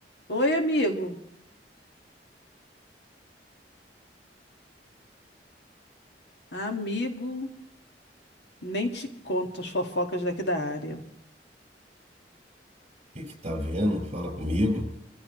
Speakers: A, on the left (about 70°); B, on the right (about 40°).
A: Oi, amigo. Amigo, nem te conto as fofocas daqui da área.
B: que que tá vendo? Fala comigo.